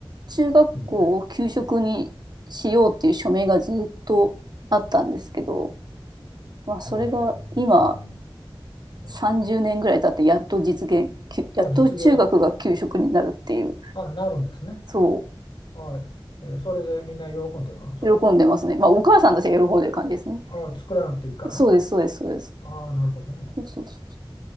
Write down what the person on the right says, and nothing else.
中学校を給食にしようっていう署名がずっとあったんですけど、
まあ、それが今、
30年ぐらい経ってやっと実現やっと中学が給食になるっていう
そ
う喜んでますねまあお母さんたちが喜んでる感じですね
そうですそうですそうです
そうそうそ